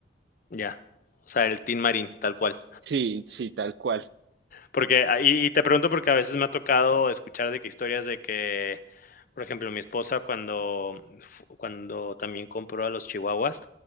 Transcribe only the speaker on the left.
ya. O sea, el Team Marine, tal cual.
Porque, ah, y y te pregunto porque a veces me ha tocado escuchar de que historias de que, por ejemplo, mi esposa cuando fu cuando también compró a los chihuahuas,